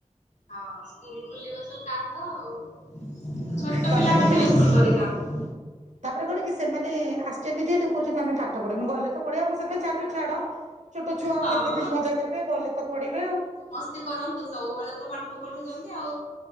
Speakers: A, on the left; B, on the right.
A: ହଁ ସ୍କୁଲ ଖୋଲିବ ଯୋଉ କାନ୍ଦ ଆଉ ଛୋଟ
B: ତାପରେ
A: ପିଲାମାନେ
B: ଏବେ ଟିକେ
A: ବେଶୀ କରି କାନ୍ଦ
B: ତାପରେ କଣ କି ସେମାନେ ଆସିଛନ୍ତି ଯେହତୁ କହୁଛନ୍ତି ମାନେ ପାଠ ପଢନୁ ଗଲେ। ପାଠ ପଢିବା ମୁଁ ସେଥୀ ପାଇଁ ଛାଡି ଦେଲି ଛୋଟ ଛୁଆ ଆଉ
A: ହଁ
B: କେତେ ଦିନ ମଜା କରିବେ ଗଲେ ତ ପଢିବେ ଆଉ।
A: ସ୍ତି କରନ୍ତୁ ସବୁବେଳେ ତ ପାଠ ପଢୁଛନ୍ତି ଆଉ।